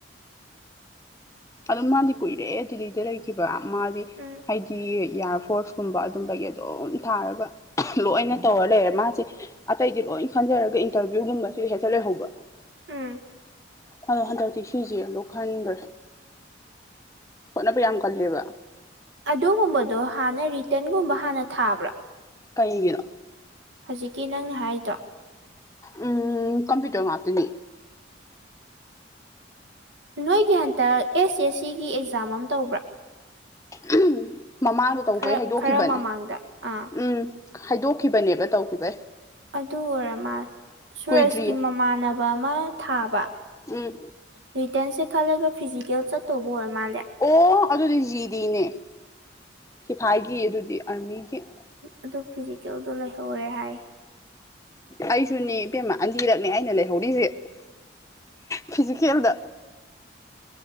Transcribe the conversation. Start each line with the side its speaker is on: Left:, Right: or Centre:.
Left: ꯑꯗꯨꯝ ꯃꯥꯗꯤ ꯀꯨꯏꯔꯦ ꯗꯤꯜꯂꯤꯗ ꯂꯩꯈꯤꯕ ꯃꯥꯗꯤ
Right: ꯎꯝ
Left: ꯍꯥꯏꯗꯤ ꯏꯌꯥꯔ ꯐꯣꯔꯁꯀꯨꯝꯕ ꯑꯗꯨꯝꯕꯩ ꯑꯗꯨꯝ ꯊꯥꯔꯒ ꯂꯣꯏꯅ ꯇꯧꯔ ꯂꯩꯔꯦ ꯃꯥꯁꯦ ꯑꯇꯩꯗꯤ ꯂꯣꯏ ꯈꯟꯖꯔꯒ ꯏꯟꯇꯔꯚꯤꯌꯨ ꯒꯨꯝꯕꯁꯤ ꯍꯦꯛꯇꯥ ꯂꯩꯍꯧꯕ
Right: ꯎꯝ
Left: ꯈꯜꯂꯣ ꯍꯟꯗꯛꯇꯤ ꯁꯤ ꯖꯤ ꯑꯗꯨꯝ ꯈꯟꯒ꯭ꯔꯦ ꯍꯣꯠꯅꯕ ꯌꯥꯝꯀꯜꯂꯦꯕꯥ
Right: ꯑꯗꯨꯒꯨꯝꯕꯗꯣ ꯍꯥꯟꯅꯥ ꯔꯤꯇꯟꯒꯨꯝꯕ ꯍꯥꯟꯅ ꯊꯥꯕ꯭ꯔꯥ
Left: ꯀꯩ ꯒꯤꯅꯣ
Right: ꯍꯧꯖꯤꯛꯀꯤ ꯅꯪꯅꯍꯥꯏꯔꯤꯗꯣ
Left: ꯎꯪ ꯎꯪ ꯀꯝꯄ꯭ꯌꯨꯇꯔ ꯉꯥꯇꯅꯦ
Right: ꯅꯣꯏꯒꯤ ꯍꯟꯇꯛ ꯑꯦꯁ ꯑꯦꯁ ꯁꯤꯒꯤ ꯑꯦꯛꯖꯥꯝ ꯑꯃ ꯇꯧꯕ꯭ꯔꯥ
Left: INAUDIBLE ꯃꯃꯥꯡꯗꯇꯧꯕꯩ
Right: ꯈꯔ
Left: ꯍꯩꯗꯣꯛꯈꯤꯕꯅꯦ
Right: ꯈꯔ ꯃꯃꯥꯡꯗ ꯑꯥ
Left: ꯎꯝ ꯍꯥꯏꯗꯣꯛꯈꯤꯕꯅꯦꯕ ꯇꯧꯈꯤꯕꯩ
Right: ꯑꯥꯗꯨ ꯑꯣꯏꯔ ꯃꯥꯜꯂꯦ ꯁꯨꯔꯖꯀꯤ
Left: ꯀꯨꯏꯗ꯭ꯔꯤꯌꯦ
Right: ꯃꯃꯥꯟꯅꯕ ꯑꯃ ꯊꯥꯕ
Left: ꯎꯝ
Right: ꯔꯤꯇꯟꯁ ꯈꯜꯂꯒ ꯐꯤꯖꯤꯀꯦꯜꯆꯠꯇꯧꯕ ꯑꯣꯏꯔ ꯃꯥꯜꯂꯦ
Left: ꯑꯣ ꯑꯗꯨꯗꯤ ꯖꯤꯗꯤꯅꯦ ꯁꯤꯐꯥꯏꯒꯤ ꯑꯗꯨꯗꯤ ꯑꯥꯔꯃꯤꯒꯤꯏ
Right: ꯑꯗꯨꯐꯤꯖꯤꯀꯦꯜꯗꯣ ꯂꯩꯍꯧꯔꯦ ꯍꯥꯏ
Left: ꯑꯩꯗꯨꯅꯦ ꯏꯕꯦꯝꯃ ꯑꯅꯤꯔꯛꯅꯦ ꯑꯩꯅ ꯂꯩꯍꯧꯔꯤꯖꯦ ꯐꯤ ꯖꯤꯀꯦꯜꯗ